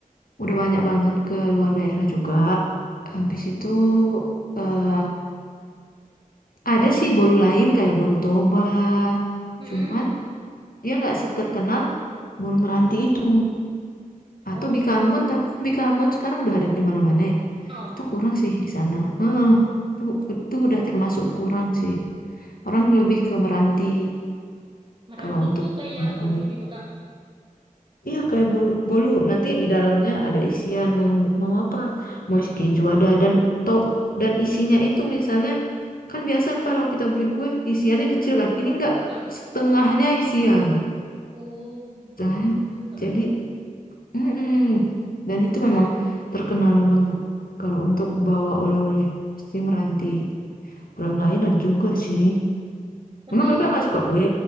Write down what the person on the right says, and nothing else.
Mm-mm.
Oh.
Oh,
meranti
itu kayak
bolu gitu, Kak.
Ya.
Oh,
banyak juga
ya.
Tapi